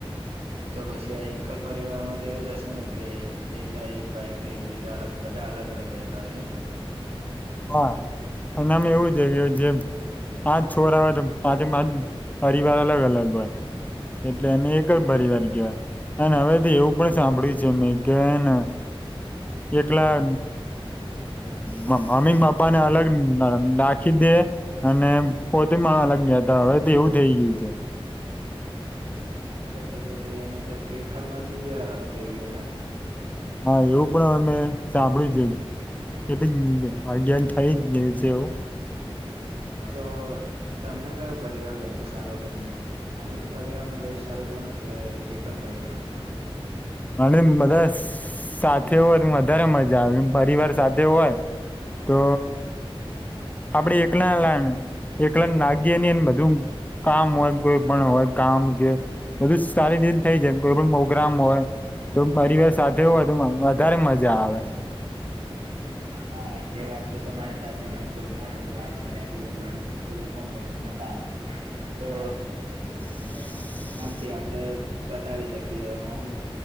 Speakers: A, on the right; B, on the left.
A: તો પછી આ એક પરિવાર માં તો એવું જ હશે ને. કે એટલા એક ભાઈ કે એવી રીતે અલગ બધા અલગ અલગ રેતા હોય એમ
B: હા એનામ એવું છે કે જેમ પાંચ છોરા હોય તો પાંચે પાચ પરિવાર અલગ અલગ હોય એટલે એને એક જ પરિવાર કહેવાય અને હવે તો એવું પણ સાંભળ્યું છે મે કેન એકલા મ મમ્મી પપ્પાને અલગ ન નાખી દે અને પોતે માં અલગ ગયાતા હવે તો એવું થઈ ગયું છે,
A: તો તો પછી એને તો એકલ માંથી અલગ થઈ ગયો એમ
B: હા એવું પણ અમે સાંભળ્યું છે એટ અજ્ઞાન થાય જ છે એવું
A: તો તમને કયો પરિવાર વધુ સારો ગમે સંયુક્ત પરિવારમાં રેવું સારું ગમે હા કે એકલ પરિવારમાં?
B: અને બધા સાથે હોય વધારે મજા આવે પરિવાર સાથે હોય તો આપડે એકલા એકલા નાગી એ બધું કામ હોય કોઈ પણ હોય કામ કે બધું સારી રીતે થઈ જાય કોઈ પ્રોગ્રામ હોય તો પરિવાર સાથે હોય વધારે મજા આવે.
A: હા એ એ વાત તો તમારી સાચી કે કોઈ પણ પ્રોગ્રામ હોય કે કોઈ બીજું કોઈ પણ પ્રકારના કામ હોય તો
B: <inaudible>
A: થી આપડે બતાવી શકીએ ઓમ